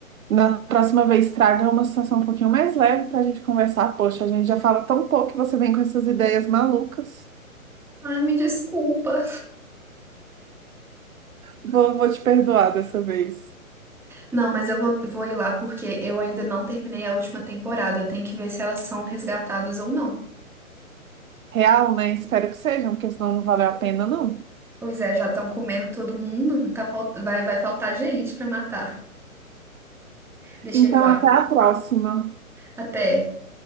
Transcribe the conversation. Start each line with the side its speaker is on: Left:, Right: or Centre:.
Right: Na próxima vez, traga uma situação um pouquinho mais leve para a gente conversar. Poxa, a gente já fala tão pouco e você vem com essas ideias malucas.
Centre: Ai, me desculpa.
Right: Vou, vou te perdoar dessa vez.
Centre: Não, mas eu vou, vou ir lá porque eu ainda não terminei a última temporada. Eu tenho que ver se elas são resgatadas ou não.
Right: Real, né? Espero que sejam, porque senão não valeu a pena, não.
Centre: Pois é, já estão comendo todo mundo. Tá, falt- vai, vai faltar gente pra matar. Deixa
Right: Então,
Centre: eu ir lá.
Right: até a próxima.
Centre: Até.